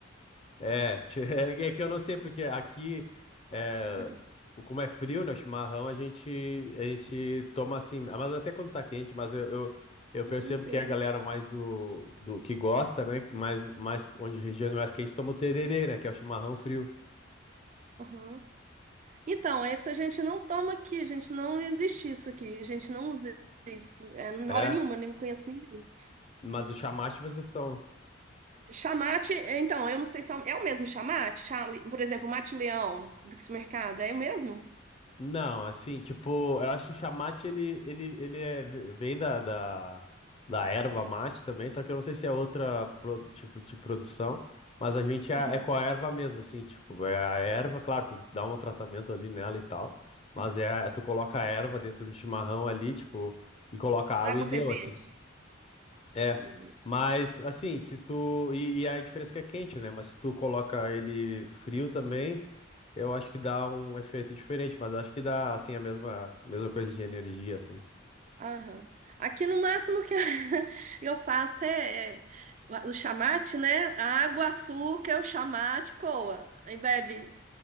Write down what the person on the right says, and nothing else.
Hum,
é o dia inteiro,
né?
Aham. Então, esse a gente não toma aqui, a gente não existe isso aqui, a gente não usa isso, é, na
hora nenhuma, nem conheço ninguém.
Chamate, é, então, eu não sei se é o, é o mesmo chamate, Chale- por exemplo, mate-leão do supermercado, é o mesmo?
<laughs> Aham.
aham.
Da Água
fervente.
Entendi.
Aham. Aqui no máximo que <laughs> eu faço é, é o chamate, né? Água, açúcar, o chamate, coa. Aí bebe.